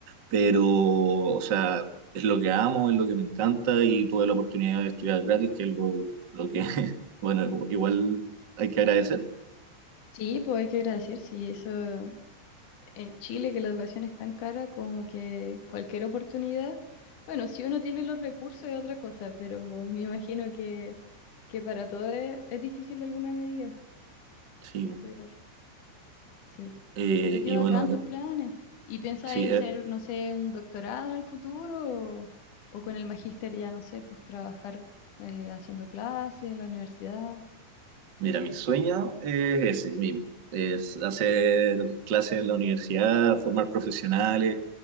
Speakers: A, on the right; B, on the left.
A: pero, o sea, es lo que amo, es lo que me encanta y tuve la oportunidad de estudiar gratis, que es lo, lo que, <laughs> bueno, igual hay que agradecer.
B: Sí, pues hay que agradecer, sí, eso en Chile, que la educación es tan cara como que cualquier oportunidad, bueno, si uno tiene los recursos es otra cosa, pero me imagino que, que para todos es, es difícil de alguna medida
A: Sí,
B: estudiar, sí.
A: eh,
B: Pero qué
A: y
B: bacán
A: bueno,
B: tus
A: eh,
B: planes. ¿Y pensáis
A: sí, eh,
B: hacer, no sé, un doctorado en el futuro o, o con el magíster ya, no sé, pues trabajar eh, haciendo clases en la universidad?
A: mira, mi sueño es ese mismo, es hacer clases en la universidad, formar profesionales,